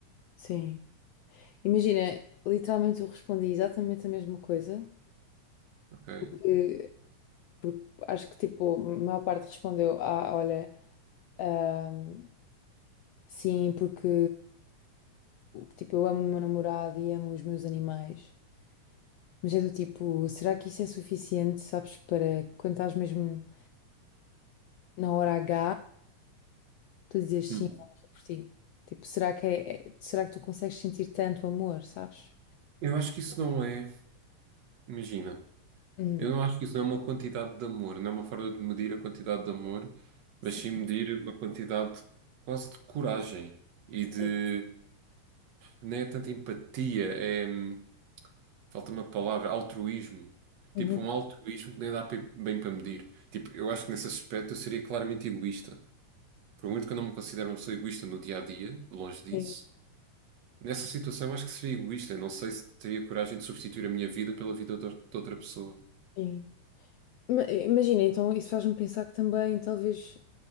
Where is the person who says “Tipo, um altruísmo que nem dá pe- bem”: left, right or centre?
Right